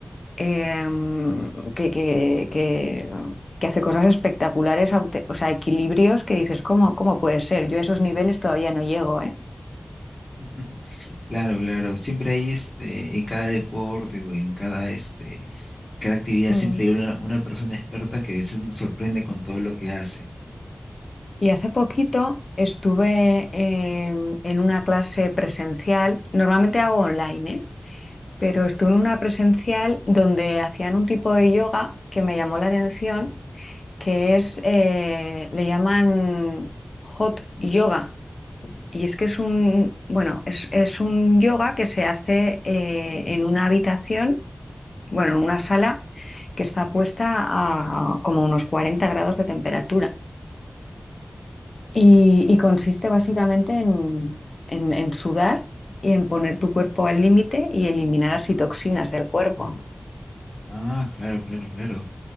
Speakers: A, on the left (about 70°); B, on the left (about 50°).
A: em, que, que, que- que hace cosas espectaculares, aute- o sea, equilibrios que dices, ¿cómo, cómo puede ser? Yo a esos niveles todavía no llego, ¿eh?
B: <laughs> Claro, claro. Siempre hay este, en cada deporte o en cada este, cada actividad
A: Mm.
B: siempre hay una, una persona experta que a veces nos sorprende con todo lo que hace.
A: Y hace poquito estuve em, en una clase presencial, normalmente hago online, ¿eh? Pero estuve en una presencial donde hacían un tipo de yoga que me llamó la atención, que es, eh, le llaman hot yoga Y es que es un, bueno, es, es un yoga que se hace eh, en una habitación, bueno, en una sala que está puesta a como unos 40 grados de temperatura. Y, y consiste básicamente en, en- en sudar y en poner tu cuerpo al límite y eliminar así toxinas del cuerpo.
B: Ah, claro, claro, claro.